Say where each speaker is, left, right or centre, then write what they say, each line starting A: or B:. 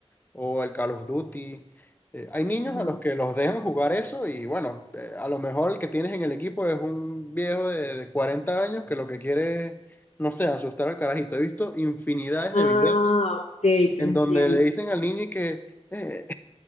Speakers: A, on the left (about 15°); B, on the left (about 80°).
A: o el Call of Duty, eh, hay niños
B: Ajá.
A: a los que los dejan jugar eso y bueno, eh, a lo mejor el que tienes en el equipo es un viejo de, de 40 años que lo que quiere es, no sé, asustar al carajito. He visto infinidades de
B: Ah,
A: videos
B: ok, te
A: en
B: entiendo.
A: donde le dicen al niño y que... "Eh,